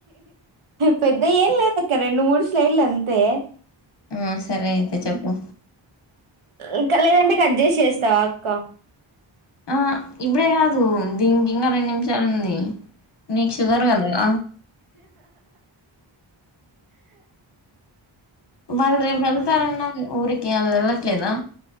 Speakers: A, on the right; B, on the left.
A: పెద్ద ఏం లేదు అక్క రెండు మూడు స్లైడ్లు అంతే
B: ఆ సరే అయితే చెప్పు
A: ఇంకా లేదంటే కట్ చేసేస్తావా అక్క
B: ఆ ఇప్పుడ గాద్ దీనికినికి ఇంకా రెండు నిమిషాలు ఉంది నీకు షుగర్ కదా వల్ రేప్ వెళ్తారన్నావ్ ఊరికే ఆళ్ళు ఎళ్ళట్లేదా